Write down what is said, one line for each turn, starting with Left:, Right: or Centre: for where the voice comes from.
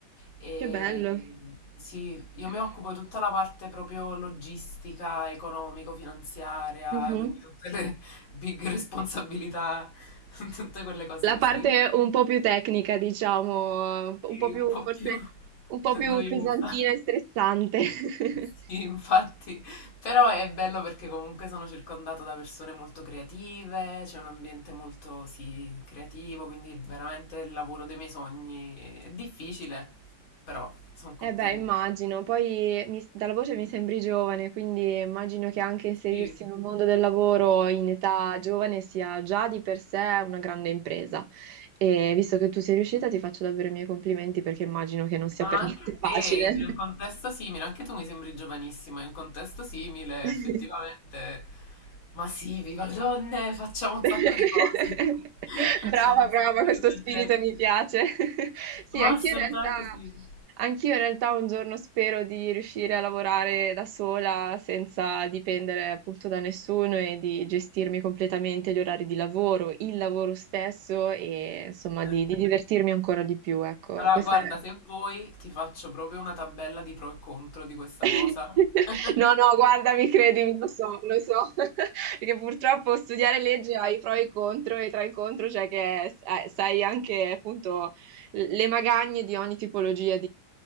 Left: e
Right: Che bello.
Left: sì, io
Right: <clears throat>
Left: mi occupo di tutta la parte proprio logistica, economico-finanziaria,
Right: Mhm.
Left: quindi tutte le <laughs> big responsabilità, <laughs> tutte quelle cose
Right: La
Left: così.
Right: parte un po' più tecnica, diciamo, un
Left: Sì,
Right: po' più
Left: un po'
Right: forse
Left: più
Right: un
Left: <laughs>
Right: po' più
Left: noiosa.
Right: pesantina e stressante. <laughs>
Left: Sì, infatti, però è bello perché comunque sono circondata da persone molto creative, c'è un ambiente molto, sì, creativo, quindi veramente il lavoro dei miei sogni è difficile, però sono contenta.
Right: Eh beh, immagino. Poi mi- dalla voce mi sembri giovane, quindi immagino che anche inserirsi
Left: Sì.
Right: nel mondo del lavoro in età giovane sia già di per sé una grande impresa. E visto che tu sei riuscita, ti faccio davvero i miei complimenti perché immagino che non sia
Left: Ma
Right: per
Left: anche
Right: niente facile.
Left: te, in un contesto simile, anche tu mi sembri giovanissima, in un contesto simile,
Right: <laughs>
Left: effettivamente. Ma sì, viva le donne, facciamo un
Right: <laughs>
Left: sacco di cose, <laughs> facciamo
Right: Brava,
Left: un
Right: brava,
Left: sacco
Right: questo
Left: di progetti.
Right: spirito mi piace. <laughs> Sì,
Left: Ma
Right: anch'io
Left: assolutamente
Right: in realtà,
Left: sì,
Right: anch'io in realtà un giorno spero di riuscire a lavorare da sola senza dipendere appunto da nessuno e di gestirmi completamente gli orari di lavoro, il lavoro stesso e insomma
Left: certo.
Right: di, di divertirmi ancora di più. Ecco,
Left: Allora,
Right: questa
Left: guarda,
Right: è.
Left: se vuoi ti faccio proprio una tabella di pro e contro di questa
Right: <laughs>
Left: cosa. <laughs>
Right: No, no, guardami, credimi, lo so, lo so, <laughs> perché purtroppo studiare legge ha i pro e i contro, e tra i contro c'è che eh, sai anche appunto le magagne di ogni tipologia